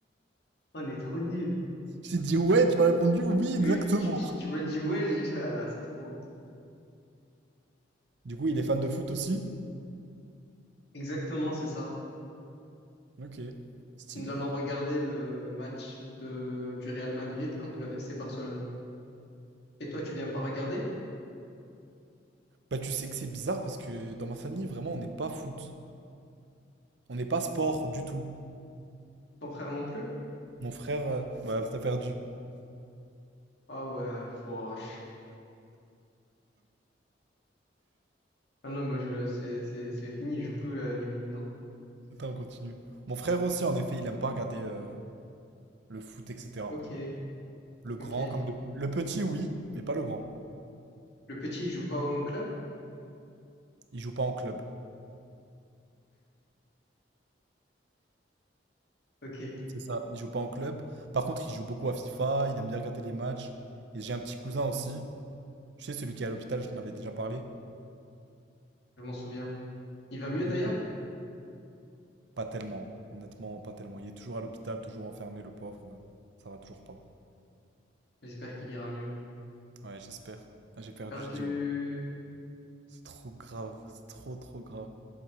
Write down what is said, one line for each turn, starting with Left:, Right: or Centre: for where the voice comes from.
Left: On est trop nul.
Right: J'ai dit ouais, tu m'as répondu oui,
Left: Euh,
Right: exactement.
Left: tu tu- tu m'as dit ouais, j'ai- <laughs> ah là, c'est trop.
Right: Du coup, il est fan de foot aussi?
Left: Exactement, c'est ça.
Right: Ok, stylé.
Left: Nous allons regarder le match de, du Real Madrid contre le FC Barcelone. Et toi, tu viens pas regarder?
Right: Bah, tu sais que c'est bizarre parce que dans ma famille, vraiment, on n'est pas foot. On n'est pas sport du tout.
Left: Ton frère non plus?
Right: Mon frère. euh, Bah, t'as perdu.
Left: Ah ouais, fouache. Ah non, mais je, c'est, c'est, c'est fini, je joue plus euh, ni oui ni non.
Right: Attends, on continue. Mon frère aussi, en effet, il aime pas regarder euh, le foot, etc.
Left: Ok,
Right: Le grand
Left: ok.
Right: comme le... le petit, oui, mais pas le grand.
Left: Le petit, il joue pas au club?
Right: Il joue pas en club.
Left: Ok,
Right: C'est ça, il joue pas en club. Par contre, il joue beaucoup à FIFA, il aime bien regarder les matchs. Et j'ai un petit cousin aussi, tu sais, celui qui est à l'hôpital, je t'en avais déjà parlé.
Left: je m'en souviens. Il va mieux
Right: Lui,
Left: d'ailleurs?
Right: pas tellement, honnêtement, pas tellement. Il est toujours à l'hôpital, toujours enfermé, le pauvre. euh, ça va toujours pas.
Left: J'espère qu'il ira mieux.
Right: Ouais, j'espère. Ah, j'ai perdu,
Left: Perdu.
Right: je dis ouais. C'est trop grave, c'est trop trop grave